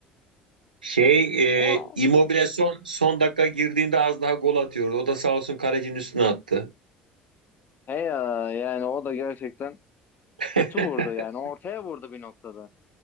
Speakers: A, on the right (about 85°); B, on the left (about 40°).
A: Şey
B: Ama
A: e, Immobile son, son dakika girdiğinde az daha gol atıyordu. O da sağ olsun kalecinin üstüne attı.
B: he ya yani o da gerçekten
A: <laughs>
B: kötü vurdu yani ortaya vurdu bir noktada.